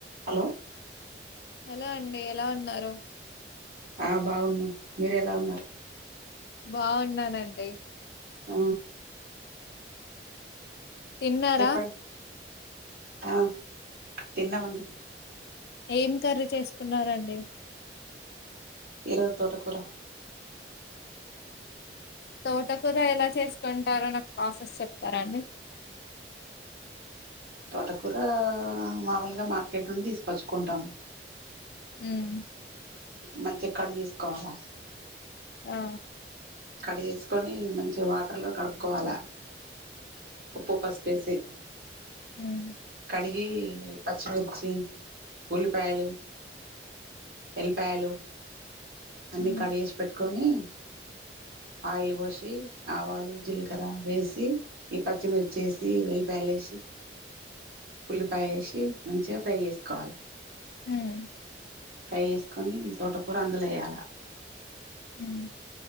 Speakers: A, on the right; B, on the left.
A: హలో
B: హలో అండి ఎలా ఉన్నారు
A: ఆ బాగున్నామ్ మీర ఎలా ఉన్నారు
B: బాగున్నానండి
A: ఆ
B: తిన్నారా
A: చెప్పండి ఆ తిన్నమండి
B: ఏం కర్రీ చేసుకున్నరండి
A: ఈ రోజు తోటకూర
B: తోటకూరా ఎలా చేసుకుంటారో నాకు ప్రాసెస్ చెప్తారా అండి
A: తోటకూర మామూలుగా మార్కెట్ నుండి తీసుకొచ్చుకుంటాం
B: ఉహ్
A: మంచిగా కట్ చేసుకోవాలా
B: ఆ
A: కడ్ చేసుకొని మంచిగా వాటర్ లో కడుక్కోవాల ఉప్పు పసుపేసి
B: ఉహ్
A: డిగి పచ్చిమిర్చి ఉల్లిపాయలు ఎల్లిపాయలు అన్ని
B: ఉమ్
A: కడు చేసి పెట్టుకొని ఆయిల్ పోసి ఆవాలు జీలకర వేసి ఈ పచ్చిమిర్చి వేసి వెల్లిపాయిల్ ఏషి ఉల్లిపాయ ఏషి మంచిగా ఫ్రై చేసుకోవాలి
B: ఉమ్
A: ఫ్రై చేసుకొని తోటకూర అందులో వేయ్యాలా
B: ఉమ్